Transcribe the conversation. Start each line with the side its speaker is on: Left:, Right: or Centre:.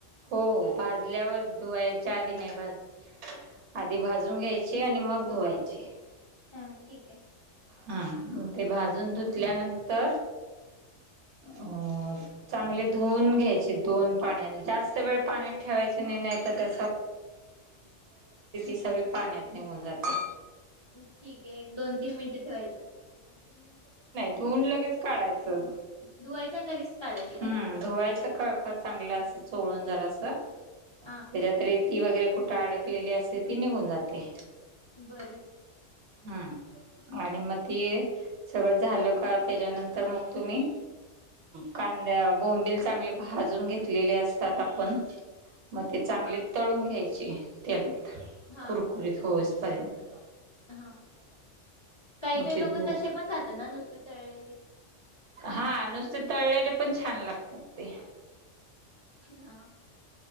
Right: हो हो भाजल्यावर धुवा च दि नाही भाज. आधी भाजून घ्यायची आणि मग धुवायचे.
Left: हा ठीक आहे.
Right: हा ते भाजून धुतल्यानंतर अ. चांगले धुवून घ्यायचे. द पाण्या जास्त वेळ पाण्यात ठेवाय नाही नाही त्या. सगळे पाण्यात निघून जाते.
Left: ठीक आहे एक दोन तीन मिनिटं ठेवायचं.
Right: धुून लगेच काढायचं.
Left: धुवायचं आणि लगेच काढायचं
Right: हम्म
Left: काय
Right: धुवायचं खळखळ चांगलं अस चोळून जरा अस.
Left: हा
Right: त्याच्यात रेती वगैरे कुठे अडकलेली असते ती निघून जाते.
Left: बरं.
Right: हम्म. आणि मग ते सगळं झालं का त्याच्यानंतर मग तुम्ही. कांद्या बोंबिल चांगले भाजून घेतलेले असतात आपण‌‌. मग ते चांगले
Left: हा
Right: तळून घ्यायचे तेलात
Left: हा
Right: कुरकुरीत होच. पर्यंत.
Left: हा काही काही
Right: ते
Left: लोक
Right: धु
Left: तसे पण खातात ना नुसते तळलेली.
Right: हा नुसते तळलेले पण छान लागतात ते.
Left: हा‌.